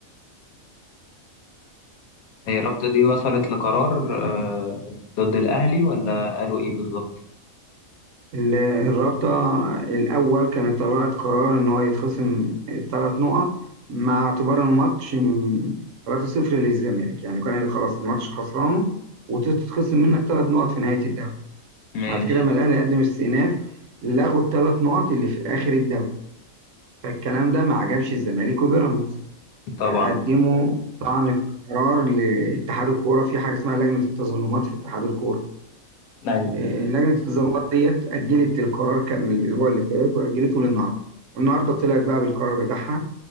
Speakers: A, on the left (about 90°); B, on the right (about 70°).
A: هي الرابطة دي وصلت لقرار آه، ضد الأهلي ولا قالوا إيه بالظبط؟
B: ال- الرابطه الاول كانت طلعت قرار ان هو يتخصم الثلاث نقط مع اعتبار الماتش م- 3-0 للزمالك يعني كان خلاص الماتش خسرانه وتتخصم منك ثلاث نقط في نهايه الدوري
A: ماشي
B: بعد كده ما الاهلي قدم استئناف لغوا الثلاث نقط اللي في اخر الدوري فالكلام ده ما عجبش الزمالك وبيراميدز
A: طبعا
B: قدموا طعن في قرار لاتحاد الكوره في حاجه اسمها لجنه التظلمات في اتحاد الكوره
A: أيوة
B: آه، لجنه التظلمات ديت اجلت القرار كان الاسبوع اللي فات واجلته للنهارده والنهارده طلعت بقى بالقرار بتاعها